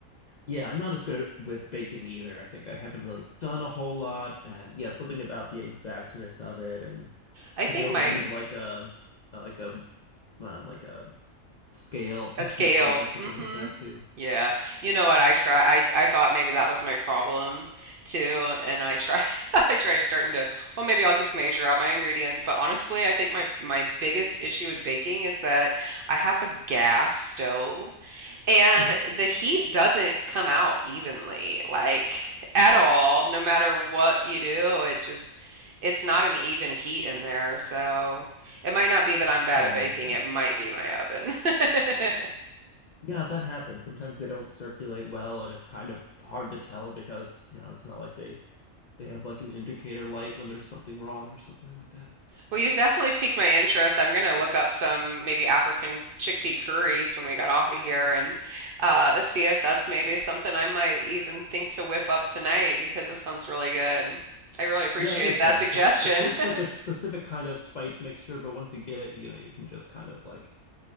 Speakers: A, on the left; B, on the right.
A: Yeah, I'm not as good at, with baking either. I think I haven't really done a whole lot. And yeah, something about the exactness of it. And
B: I
A: I think
B: think
A: I would
B: my
A: need like a, uh, like a, um, like a scale, kitchen
B: A scale.
A: scale or something
B: hmm
A: like that too.
B: Yeah. You know what? I try I I thought maybe that was my problem too, and I try <laughs> I tried starting to, well, maybe I'll just measure out my ingredients, but honestly, I think my my biggest issue with baking is that I have a gas stove and
A: hmm
B: the heat doesn't come out evenly, like <laughs> at all, no matter what you do. It just it's not an even heat in there, so it might not be that I'm bad
A: Oh,
B: at baking,
A: I see.
B: it might be my oven. <laughs>
A: Yeah, that happens. Sometimes they don't circulate well, and it's kind of hard to tell because, you know, it's not like they they have like an indicator light when there's something wrong or something like that.
B: Well, you've definitely piqued my interest. I'm going to look up some maybe African chickpea curries when we get off of here and uh, see if that's maybe something I might even think to whip up tonight because this sounds really good. I really appreciate
A: Yeah, it is good.
B: that suggestion.
A: It's it takes like
B: <laughs>
A: a specific kind of spice mixture, but once you get it, you know, you can just kind of like